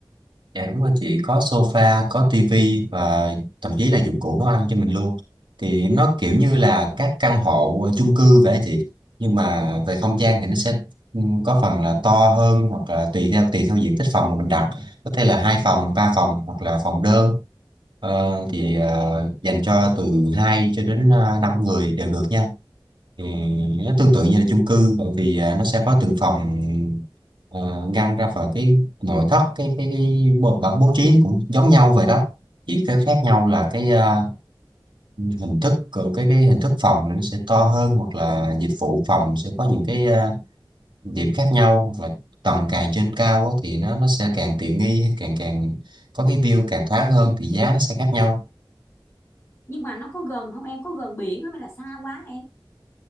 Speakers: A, on the right (about 65°); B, on the left (about 30°).
A: Dạ đúng rồi chị có sofa, có tivi và thậm chí là dụng cụ nấu ăn cho mình luôn. Thì nó kiểu như là các căn hộ chung cư vậy á chị. Nhưng mà về không gian thì nó sẽ ừ, có phần là to hơn hoặc là tùy theo tùy theo diện tích phòng mà mình đặt. Có thể là hai phòng, ba phòng hoặc là phòng đơn. Ờ, thì ờ, dành cho từ 2 cho đến uh, 5 người đều được nha thì nó tương tự như là chung cư bởi vì à, nó sẽ có từng phòng à, ngăn ra vào cái nội thất cái cái cái bố, bố bố trí cũng giống nhau vậy đó chỉ cái khác nhau là cái à, hình thức của cái cái hình thức phòng nó sẽ to hơn hoặc là dịch vụ phòng sẽ có những cái à, điểm khác nhau hoặc là tầng càng trên cao á thì nó nó sẽ càng tiện nghi càng càng có cái view càng thoáng hơn thì giá nó sẽ khác nhau
B: Nhưng mà nó có gần không em, có gần biển không hay là xa quá em